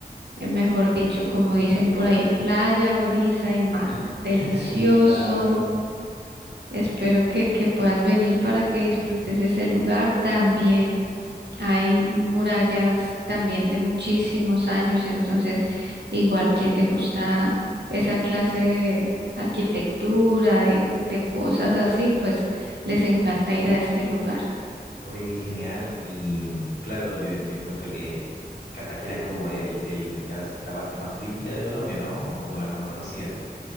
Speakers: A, on the right; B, on the left.
A: eh, mejor dicho, como dicen por ahí, playa, brisa y mar. Delicioso.
B: <laughs> claro.
A: Espero que, que puedas venir para que disfrutes ese lugar también. Hay murallas también de muchísimos años, entonces igual quien le gusta esa clase de arquitectura, de, de cosas así, pues les encanta ir a este lugar.
B: Oye, qué genial. Y mm, claro, yo, yo encuentro que Cartagena es como el, el- las- la, parte más turística de Colombia, ¿no? Como la más conocida.